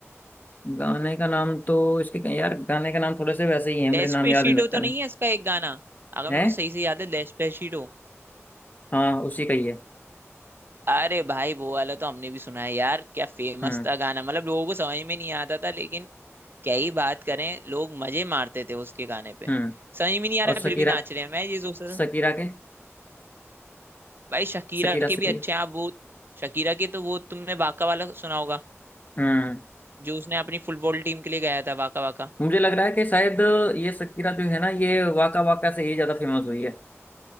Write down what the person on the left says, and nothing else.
गाने का नाम तो इसके यार गाने का नाम थोड़े से वैसे ही है मेरे
नाम याद नहीं लगता
मैं
है
हाँ उसी का ही है
हम्म
हम्म
और सकीरा
सकीरा
के
Shakira
Shakira
हम्म
मुझे लग रहा है कि शायद ये सकीरा जो है ना ये वाका वाका से ही ज्यादा फेमस हुई है